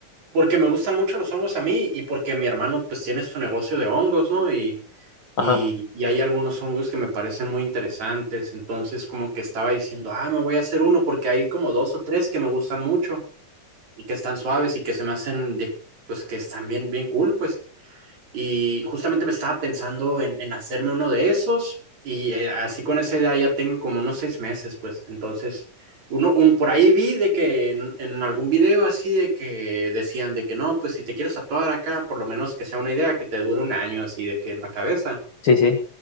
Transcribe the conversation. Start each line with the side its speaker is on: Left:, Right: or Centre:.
Right: porque me gustan mucho los hongos a mí y porque mi hermano, pues, tiene su negocio de hongos, ¿no? Y,
Left: Ajá.
Right: y, y hay algunos hongos que me parecen muy interesantes. Entonces, como que estaba diciendo, ah, me voy a hacer uno porque hay como dos o tres que me gustan mucho y que están suaves y que se me hacen de, pues, que están bien, bien cool, pues. Y justamente me estaba pensando en, en hacerme uno de esos y eh, así con esa idea ya tengo como unos seis meses, pues entonces, uno, un, por ahí vi de que en, en algún video así de que decían de que no, pues si te quieres tatuar acá, por lo menos que sea una idea que te dure un año así de que en la cabeza.
Left: Sí, sí,